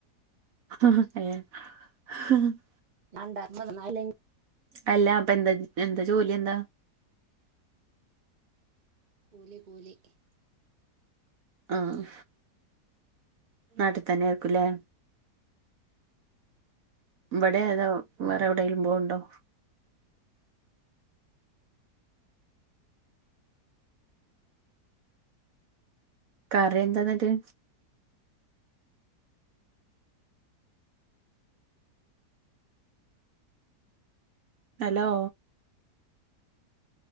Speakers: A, on the right (about 60°); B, on the right (about 35°).
A: ആ അ <unintelligible>
B: ഞാൻ ഉണ്ടാക്കുമ്പോ നന്നായില്ലെങ്കിൽ
A: അല്ലാ അപ്പ എന്ത എന്ത ജോലി എന്ത
B: കൂലി കൂലി
A: ആഹ് നാട്ടിൽ തന്നെ ആയിരിക്കും ല്ലേ? ഇവിടെ അതോ വേറെ
B: ആ
A: എവിടെലും പോവണ്ടോ? കറി എന്താന്നിട്ട്? ഹലോ.